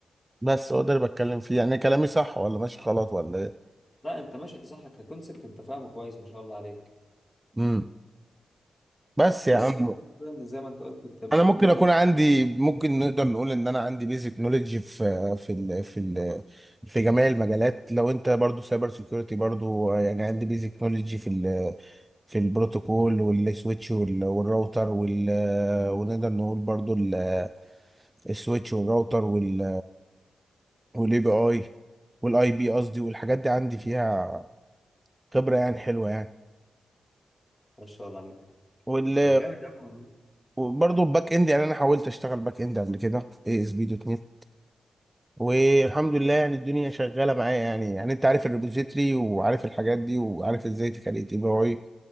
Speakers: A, on the right; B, on the left.
A: بس هو ده اللي بتكلم فيه يعني كلامي صح ولا ماشي غلط ولا ايه
B: لا انت ماشي صح ككونسبت انت فاهمه كويس ما شاء الله عليك
A: امم بس
B: بص
A: يا عم
B: هو الفكرة ان زي ما انت قلت بتبقى
A: انا ممكن
B: فيه
A: اكون عندي ممكن نقدر نقول ان انا عندي بيزك نوليدج في في ال في ال في جميع المجالات لو انت برضو سايبر سيكيورتي برضو يعني عندي بيزك نوليدج في ال في البروتوكول والسويتش وال- والراوتر وال ونقدر نقول برضو ال- السويتش والراوتر وال والاي بي اي والاي بي قصدي والحاجات دي عندي فيها خبرة يعني حلوة يعني
B: ما شاء الله عليك
A: وال
B: طب جامد يا عم والله.
A: وبرضه الباك اند يعني انا حاولت اشتغل باك اند قبل كده اي اس بي دوت نت والحمد لله يعني الدنيا شغاله معايا يعني يعني انت عارف الريبوزيتري وعارف الحاجات دي وعارف ازاي تكريت اي بي اي